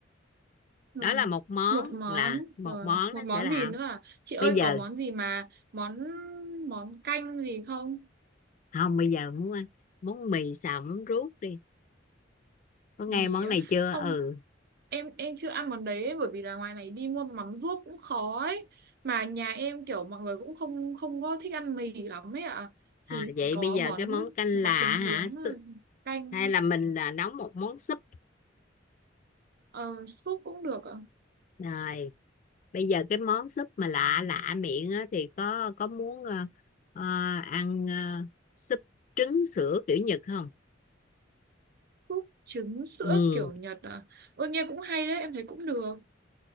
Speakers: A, on the right; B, on the left.
A: rồi
B: đó là một món
A: một món
B: là một
A: rồi
B: món
A: một
B: nó
A: món
B: sẽ là
A: gì nữa à chị ơi
B: bây giờ
A: có món gì mà món món canh gì không
B: không bây giờ muốn ăn món mì xào món ruốc đi có nghe
A: mì
B: món
A: á?
B: này chưa
A: không
B: ừ
A: em em chưa ăn món đấy ấy, bởi vì là ngoài này đi mua mắm ruốc cũng khó ấy mà nhà em kiểu mọi người cũng không không có thích ăn mì lắm ấy ạ à.
B: à,
A: thì
B: vậy
A: có
B: bây giờ
A: món
B: cái món canh là
A: có trứng
B: hả
A: nướng rồi
B: Sü-
A: canh
B: hay là mình là nấu một món súp
A: ờ, súp cũng được ạ
B: rồi bây giờ cái món súp mà lạ lạ miệng á thì có có muốn ờ, ờ, ăn ờ, súp trứng sữa kiểu Nhật không
A: súp trứng sữa
B: ừ
A: kiểu Nhật à ôi nghe cũng hay đấy em thấy cũng được